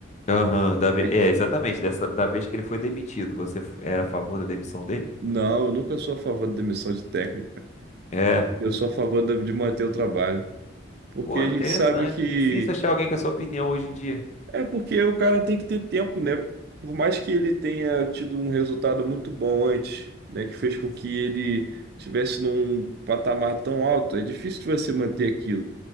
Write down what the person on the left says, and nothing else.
Aham, da ve-
é, exatamente. Dessa, da vez que ele foi demitido, você f- era a favor da demissão dele?
É.
Pô,
interessante.
Difícil achar alguém com essa opinião hoje em dia.